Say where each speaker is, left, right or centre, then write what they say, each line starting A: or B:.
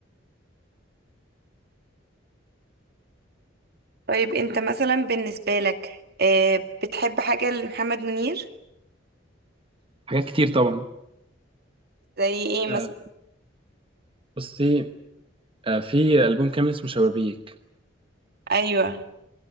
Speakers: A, on the right; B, on the right.
A: طيب انت مثلا بالنسبة لك آه، بتحب حاجة لمحمد منير
B: حاجات كتير طبعا
A: زي ايه مثلا
B: آه، بصي آه، في ألبوم كامل اسمه شبابيك
A: ايوه